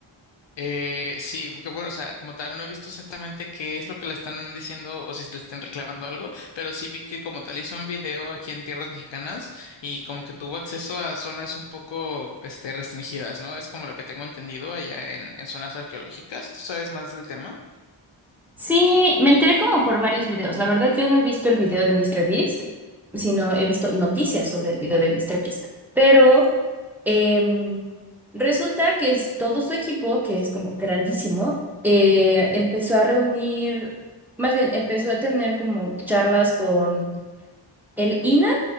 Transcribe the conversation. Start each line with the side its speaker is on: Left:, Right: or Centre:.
Left: Eh, sí, que bueno, o sea, como tal, no he visto exactamente qué es lo que le están diciendo o si le están reclamando algo, pero sí vi que como tal hizo un video aquí en tierras mexicanas y como que tuvo acceso a zonas un poco, este, restringidas, ¿no? Es como lo que tengo entendido allá en, en zonas arqueológicas. ¿Tú sabes más del tema?
Centre: Sí, me enteré como por varios videos. La verdad, yo no he visto el video de Mr. Beast, sino he visto noticias sobre el video de Mr. Beast. Pero Em, resulta que es todo su equipo, que es como grandísimo, eh, empezó a reunir, más bien empezó a tener como charlas con el INA